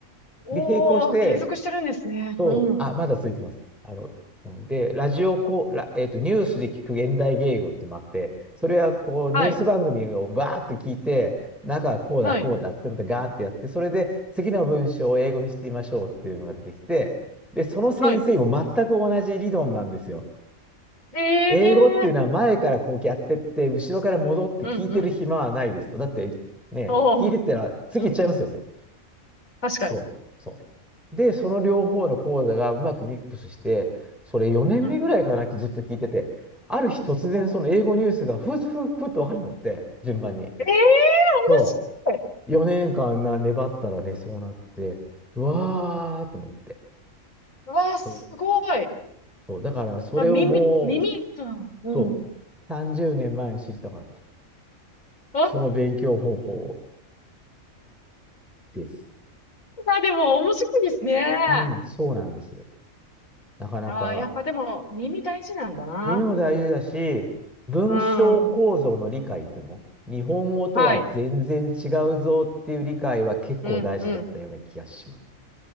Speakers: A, on the left; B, in the centre.
A: おお、
B: で、並行して、
A: 継続してるんですね。
B: そう、
A: うん。
B: あ、まだ続いてます。あの、うんで、ラジオこう、ラ、えっと、ニュースで聞く現代芸語ってのもあって、それはこう、ニュース番組をバーッと聞いて、
A: はい、
B: 中はこうだ、
A: はい、
B: こうだってまたガーってやって、それで次の文章を英語にしてみましょうっていうのが出てきて、で、その先生も全く同じ理論なんですよ。
A: はい。ええ
B: 英語っていうのは前からこうやってって、後ろから戻って聞いてる暇はないですと。
A: うん、うん。
B: だって、ね、
A: おお、
B: 聞いてったら次行っちゃいますよね。
A: うん、うん。確かに。
B: そう、そう。で、その両方の講座がうまくミックスして、それ4年目ぐらいかな、
A: うん。
B: ずっと聞いてて、ある日突然その英語ニュースがふっふっふっと分かるんだって、
A: おお。
B: 順番に。
A: ええ
B: そ
A: 面白い。
B: う。4年間な粘ったらね、そうなって、うわーと思って。
A: うわあ、
B: そう。
A: すごい。
B: そう。だからそれをもう、
A: あ、耳、耳、う
B: そう。
A: ん。うん。
B: 30年前に知りたかった。
A: あ、
B: その勉強方法です。
A: あでも面白いですね。
B: うん、そうなんです。なかなか。
A: ああ、やっぱでも耳大事なんだな。
B: 耳も大事だし、文章構造の理解っていうの日本語とは全然違うぞっていう理解は結構大事だったような気がします。
A: うん。はい。うん、うん。